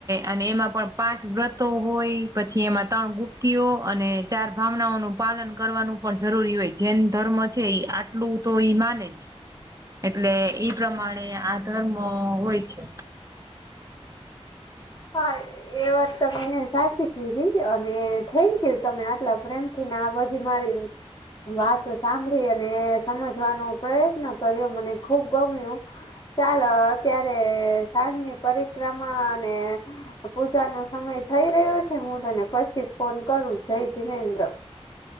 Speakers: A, on the right; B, on the left.
A: અને એમાં પણ પાંચ વ્રતો હોય પછી એમાં ત્રણ ગુપ્ત તિઓ અને ચાર ભાવનાઓનું પાલન કરવાનું પણ જરૂરી હોય છે જેૈન ધર્મ છે ઈ આટલું તો ઈ માને જ એટલે ઈ પ્રમાણે આ ધર્મ હોય છે
B: હા એ વાત તમે એને સાચી કીધી છે અને થેન્ક યુ તમે આટલા પ્રેમ થી ને આ બઘી મારી વાત સાંભળી અને સમજવાનો પ્રયત્ન કર્યો મને ખુબ ગમ્યું ચાલો અત્યારે સાંજની પરિક્રમા અને પૂજા નો સમય થઈ રહ્યો છે હું તને પછી ફોન કરું જય જીનેન્દ્ર